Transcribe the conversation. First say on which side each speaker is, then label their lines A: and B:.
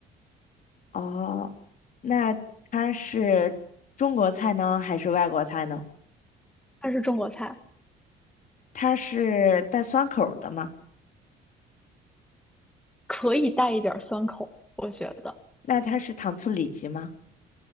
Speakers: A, on the left (about 50°); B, in the centre.
A: 哦，那它是中国菜呢，还是外国菜呢？
B: 它是中国菜，
A: 它是带酸口儿的吗？
B: 可以带一点儿酸口，我觉得
A: 那它是糖醋里脊吗？